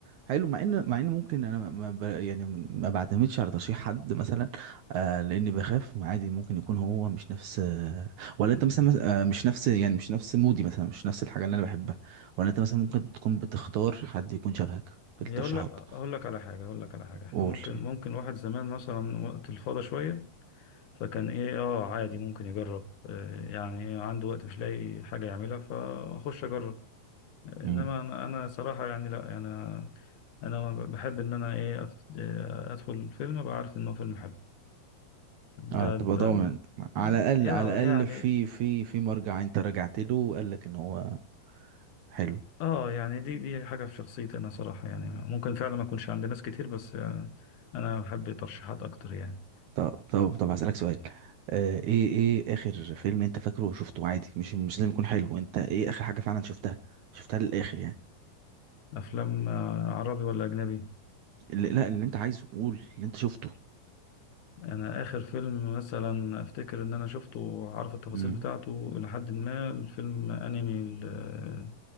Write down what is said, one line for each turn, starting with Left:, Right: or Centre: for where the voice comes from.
Right: حلو مع ان مع ان ممكن انا ما ما ب... يعني ما بعتمدش على ترشيح حد مثلا آه لاني بخاف عادي ممكن يكون هو مش نفس آه ولا انت مثلا
Left: مم.
Right: مس- آه مش نفس يعني مش نفس مودي مثلا مش نفس الحاجه اللي انا بحبها ولا انت مثلا ممكن تكون بتختار حد يكون شبهك في الترشيحات
Left: هي اقول لك اقول لك على حاجه اقول لك على حاجه احنا
Right: قول
Left: ممكن
Right: يعني
Left: ممكن واحد زمان مثلا وقت الفاضي شويه فكان ايه اه عادي ممكن يجرب آه، يعني عنده وقت مش لاقي حاجه يعملها فاخش اجرب انما
Right: مم.
Left: انا أنا صراحه يعني لا يعني انا انا بحب ان انا ايه أت- آه، ادخل الفيلم ابقى عارف ان هو فيلم حلو
Right: اه
Left: ده
Right: تبقى
Left: ده
Right: ضامن على الاقل
Left: يا
Right: على
Left: يعني
Right: الاقل في في في مرجع انت رجعت له وقال لك ان هو حلو
Left: اه يعني دي دي حاجة في شخصيتي انا صراحة يعني ممكن فعلا ما اكونش عند ناس كتير بس آه، انا بحب ترشيحات اكتر يعني
Right: طب طب طب هسألك سؤال آه ايه ايه اخر فيلم انت فاكره وشفته عادي مش مش لازم يكون حلو انت ايه اخر حاجة فعلا شفتها شفتها للآخر يعني
Left: افلام آه، عربي ولا اجنبي
Right: اللي لا اللي انت عايزه قول اللي انت شفته
Left: انا اخر فيلم مثلا افتكر ان انا شفته وعارف التفاصيل
Right: امم
Left: بتاعته لحد ما الفيلم انمي ال-